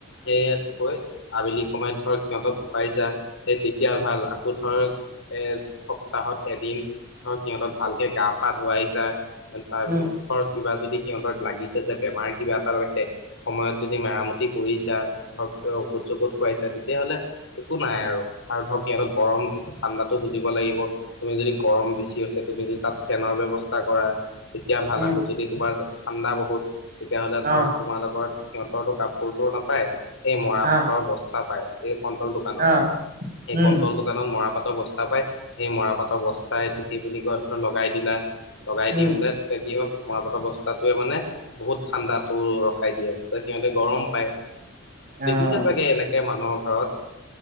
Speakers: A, on the left; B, on the right.
A: এ, আবেলি সময়ত ধৰক সিহঁতক খুৱাইছা এই তেতিয়া ভাল আকৌ ধৰ এ, সপ্তাহত এদিন ধৰক সিহঁতক ভালকে গা, পা ধুৱাইছা তাৰ
B: উম,
A: পি ছত যদি সিহঁতত লাগিছে যে বেমাৰ কিবা এটা হৈ আছে সময়ত যদি মেৰামতি কৰিছা ধৰক, ঔষধ-চৌখধ খুৱাইছা তেতিয়া হ'লে একো নাই আৰু আৰু ধৰক সিহঁতক গৰম ঠাণ্ডাটো বুজিব লাগি গিব তুমি যদি গৰম বেছি আছে, তুমি যদি তাত ফেনৰ ব্যৱস্থা কৰা। তেতিয়া ভাল,
B: উম,
A: আকৌ যদি তোমাৰ ঠাণ্ডা বহুত তেতিয়াহ'লে ধৰ
B: অ',
A: তোমাৰ লগৰ সিহঁতৰো কাপ- কাপোৰ টো নাপায় এই মৰাপাটৰ
B: অ',
A: বস্তা পায়, এই কণ্টল দোকানত।
B: অ',
A: সেই
B: উম,
A: কণ্টল দোকানত মৰা পাতৰ বস্ তাৰপাই সেই মৰাপাতৰ বস্তা এইটো কি বুলি কয় ধৰ লগাই দিলা। লগাই
B: উম।
A: দি বোলে, তেতিয়া কি হয় মৰাপটৰ বস্তাটোৱে মানে বহুত ঠাণ্ডাটো ৰখাই দিয়ে, ত' সিহঁতে গৰম পায়।
B: অ',
A: দেখিছা চাগে এনেকে মানুহৰ ঘৰত?